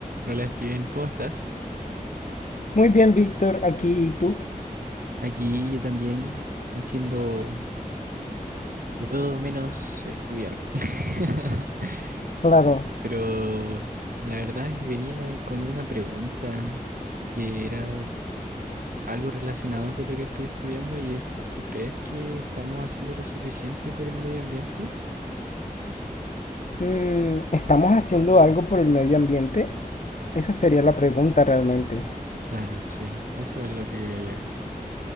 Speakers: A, on the right; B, on the left.
A: Hola Steven, ¿cómo estás?
B: Muy bien, Víctor, aquí y tú.
A: Aquí yo también haciendo de todo menos estudiar. <laughs>
B: Claro.
A: Pero la verdad es que venía con una pregunta que era algo relacionado con lo que estoy estudiando y es, ¿tú crees que estamos haciendo lo suficiente por el medio ambiente?
B: Mm, ¿estamos haciendo algo por el medio ambiente? Esa sería la pregunta realmente.
A: Claro, sí, eso es lo que quería llegar.